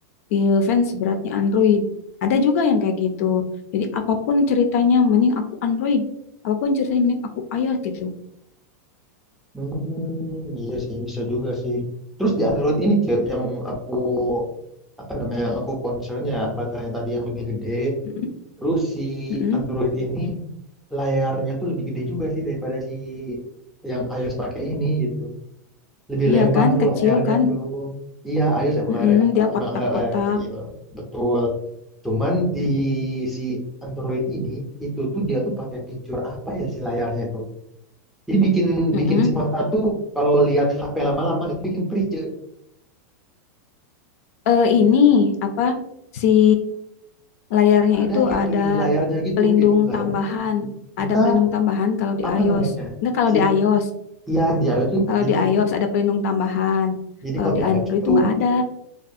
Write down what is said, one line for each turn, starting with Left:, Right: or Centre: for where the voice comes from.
Left: eh, fans beratnya Android. Ada juga yang kayak gitu. Jadi apapun ceritanya mending aku Android, apapun ceritanya mending aku iOS gitu.
Centre: hmm, iya sih bisa juga sih. Terus di Android ini cek yang aku apa namanya yang aku concernnya baterainya tadi yang lebih gede.
Left: Mm-mm,
Centre: Terus si
Left: mm-mm.
Centre: Android ini layarnya tuh lebih gede juga sih daripada si yang iOS pakai ini gitu. Lebih
Left: Iya
Centre: lebar
Left: kan,
Centre: tuh
Left: kecil
Centre: layarnya
Left: kan.
Centre: tuh. Iya, iOS emang
Left: Mm-mm,
Centre: layar
Left: dia kotak-kotak.
Centre: emang layar, layar kecil. Betul. Cuman di si Android ini itu tuh dia tuh pakai fitur apa ya si layarnya itu? Jadi bikin
Left: Mm-mm.
Centre: bikin si mata tuh kalau lihat HP lama-lama itu bikin perih. Ce.
Left: Eh, ini apa si layarnya
Centre: Ada
Left: itu
Centre: fitur
Left: ada
Centre: di layarnya gitu,
Left: pelindung
Centre: fitur di layarnya.
Left: tambahan,
Centre: Kita
Left: ada pelindung tambahan kalau di iOS.
Centre: apa namanya?
Left: Enggak kalau
Centre: Si
Left: di iOS.
Centre: ya di iOS tuh
Left: Kalau
Centre: jadi
Left: di
Centre: kita
Left: iOS ada pelindung tambahan.
Centre: jadi
Left: Kalau
Centre: kalau
Left: di
Centre: di
Left: Android
Centre: iOS tuh
Left: itu nggak ada.